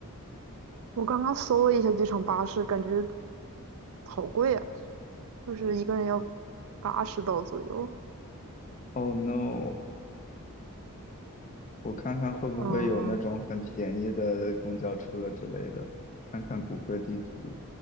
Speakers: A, on the right (about 65°); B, on the left (about 35°).
A: 我刚刚搜了一下机场巴士，感觉好贵啊，就是一个人要八十刀左右。
B: 哦 no！我看看会不会有那种很便宜的公交车之类的，
A: 嗯，
B: 看看谷歌地图。